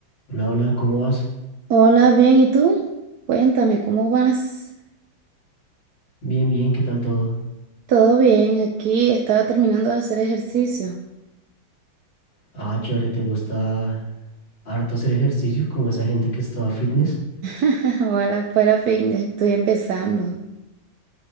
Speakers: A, on the left; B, on the right.
A: Hola, hola, ¿cómo vas?
B: Hola, bien, ¿y tú? Cuéntame, ¿cómo vas?
A: Bien, bien, ¿qué tal todo?
B: Todo bien, aquí estaba terminando de hacer ejercicio.
A: Ah, chévere, ¿te gusta harto hacer ejercicio como esa gente que es toda fitness?
B: <laughs> Ojalá fuera fitness, estoy empezando.